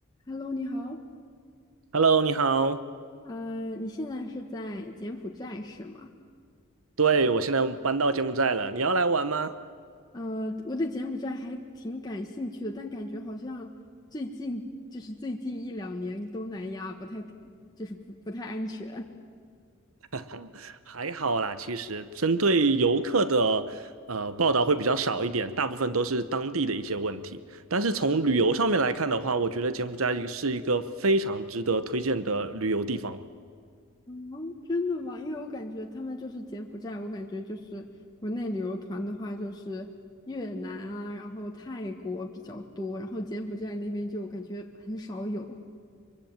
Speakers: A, on the left; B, on the right.
A: Hello，你好，
B: Hello，你好。
A: 呃，你现在是在柬埔寨是吗？
B: 对，我现在搬到柬埔寨了，你要来玩吗？
A: 呃，我对柬埔寨还挺感兴趣的，但感觉好像最近就是最近一两年东南亚不太就是不不太安全，
B: <laughs> 还好啦，其实针对游客的呃报道会比较少一点，大部分都是当地的一些问题。但是从旅游上面来看的话，我觉得柬埔寨是一个非常值得推荐的旅游地方。
A: <laughs> 真的吗？因为我感觉他们就是柬埔寨，我感觉就是国内旅游团的话就是越南啊，然后泰国比较多，然后柬埔寨那边就感觉很少有。